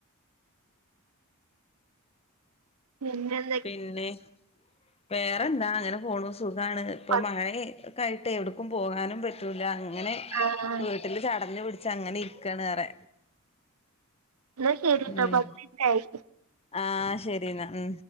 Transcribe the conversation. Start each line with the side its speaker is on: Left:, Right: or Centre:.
Right: പിന്നെ
Left: പിന്നെ വേറെന്താ അങ്ങനെ പോണു സുഖാണ് ഇപ്പൊ
Right: പത്ത്
Left: മഴ- ക്കായിട്ട് ഒട്ക്കും പോകാനും പറ്റൂല അങ്ങനെ
Right: ആഹ്
Left: വീട്ടിൽ ചടഞ്ഞ് പിടിച്ചങ്ങനെ ഇരിക്കാണ്ഏറെ
Right: ന്ന ശരിട്ടാ
Left: ഉം
Right: പത്തിൻറ്റായി
Left: ആഹ് ശരിന്നാ ഉം